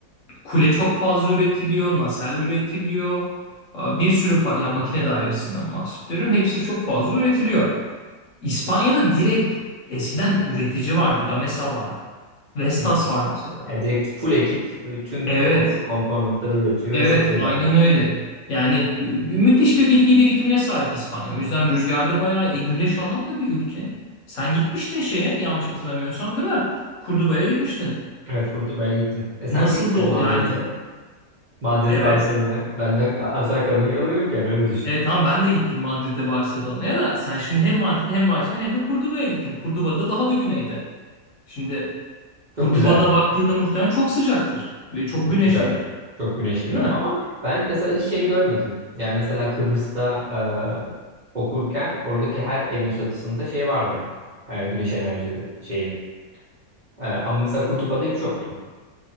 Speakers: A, on the left (about 60°); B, on the right (about 35°).
A: Kule çok fazla üretiliyor, nasel üretiliyor. Aa, Bir sürü pa- yani makine dairesinden bahsediyorum. Hepsi çok fazla üretiliyor. İspanya'da direkt eskiden üretici vardı. Gamesa vardı. Vestas
B: Hı hı.
A: var mesela.
B: Ya direkt full ekip e, tüm
A: Evet.
B: ko- komponentleri üretiyor
A: Evet,
B: ve satıyorlar
A: aynen
B: yani.
A: öyle. Yani mü- müthiş bir bilgi birikimine sahip İspanya. O yüzden rüzgarda bayağı e, güneş alan da bir ülke. Sen gitmiştin şeye yanlış hatırlamıyorsam değil mi? Kurduba'ya gitmiştin.
B: Evet Kurtuba'ya gittim. E sen
A: Nasıl
B: de gittin
A: da o
B: Madrid'e.
A: yani
B: Madrid,
A: evet.
B: Barcelona'ya. Benden a- aşağı kalın yalı yok yani öyle düşün.
A: Evet tamam ben de gittim Madrid'e Barcelona'ya da sen şimdi hem Madrid'e hem Barcelona'ya hem de Kurduba'ya gittin. Kurduba da daha da güneyde. Şimdi Kurduba'da
B: Çok güzeldi.
A: baktığında muhtemelen çok sıcaktır ve çok
B: Çok
A: güneşlidir.
B: sıcaktı. Çok güneşliydi
A: Değil mi?
B: ama ben mesela hiç şey görmedim. Yani mesela Kıbrıs'ta e, okurken oradaki her evin çatısında şey vardı. E, güneş enerji şeyi. E, ama mesela Kurtula'da hiç yoktu.